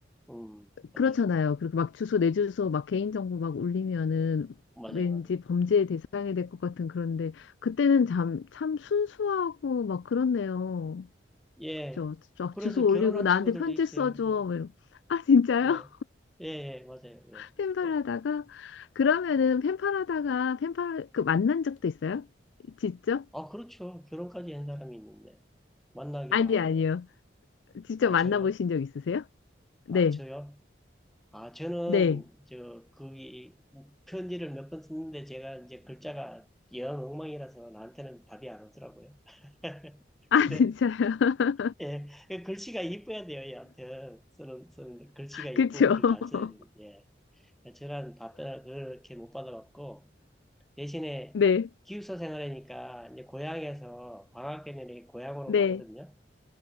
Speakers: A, in the centre; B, on the left.
A: 음, 맞아요.
B: 그렇잖아요. 그리고 막 주소 내 주소 막 개인정보 막 올리면은
A: 맞아요,
B: 왠지
A: 맞아요.
B: 범죄의 대상이 될 것 같은 그런데 그때는 참, 참 순수하고 막 그렇네요.
A: 예.
B: 그죠? 쫙
A: 그래서
B: 주소
A: 결혼한
B: 올리고 나한테
A: 친구들도
B: 편지
A: 있어요.
B: 써줘.
A: 예,
B: 뭐 이러- 아 진짜요?
A: 예, 예, 예, 맞아요.
B: <laughs>
A: 예,
B: 팬팔하다가
A: 예,
B: 그러면은
A: 예.
B: 팬팔하다가 팬팔 그 만난 적도 있어요? 직접?
A: 아, 그렇죠. 결혼까지 한 사람이 있는데, 만나기도
B: 아니
A: 하고.
B: 아니요. 직접
A: 아,
B: 만나보신
A: 저요?
B: 적 있으세요? 네.
A: 아, 저요? 아, 저는,
B: 네.
A: 저, 거기, 편지를 몇 번 썼는데 제가 이제 글자가 영 엉망이라서 나한테는 답이 안 오더라고요. <laughs>
B: 아,
A: 근데,
B: 진짜요? <laughs>
A: 예, 그 글씨가 이뻐야 돼요, 여하튼. 쓰는, 쓰는데, 글씨가 이쁘고
B: 그쵸?
A: 글
B: <laughs>
A: 잘 써야 되는데, 예. 저는 답변을 그렇게 못 받아봤고, 대신에
B: 네.
A: 기숙사 생활이니까, 이제 고향에서 방학 되면 고향으로
B: 네.
A: 가거든요.